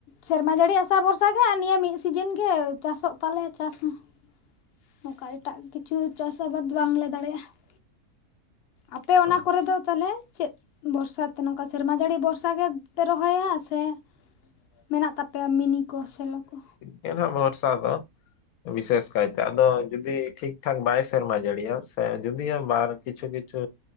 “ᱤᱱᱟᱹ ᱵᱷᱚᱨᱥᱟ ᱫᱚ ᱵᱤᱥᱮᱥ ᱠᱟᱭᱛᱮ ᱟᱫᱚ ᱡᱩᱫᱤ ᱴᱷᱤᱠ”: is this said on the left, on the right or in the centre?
Left